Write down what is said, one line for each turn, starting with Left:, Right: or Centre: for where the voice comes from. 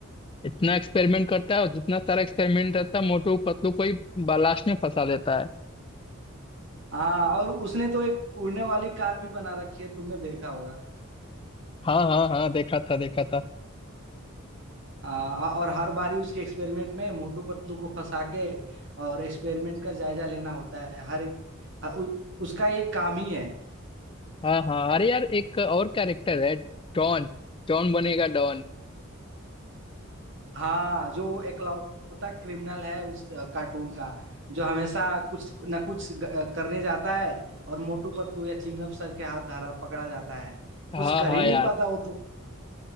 Left: इतना एक्सपेरिमेंट करता है और जितना सारा एक्सपेरिमेंट रहता है मोटू पतलू को ही लास्ट में फंसा देता है
Right: हाँ और उसने तो एक उड़ने वाली कार भी बना रखी है तुमने देखा होगा
Left: हाँ हाँ हाँ देखा था देखा था
Right: आ, और हर बारी उसके एक्सपेरिमेंट में मोटू पतलू को फंसा के और एक्सपेरिमेंट का जायजा लेना होता है हर एक ह- उ, उसका एक काम ही है
Left: हाँ हाँ अरे यार एक और कैरेक्टर है डॉन डॉन बनेगा डॉन
Right: हाँ जो एकलौता क्रिमिनल है उस कार्टून का जो हमेशा कुछ न कुछ ग- करने जाता है और मोटू पतलू या चिंगम सर के हाथ धरा पकड़ा जाता है
Left: हाँ
Right: कुछ कर
Left: हाँ
Right: ही नहीं
Left: यार
Right: पाता वो तो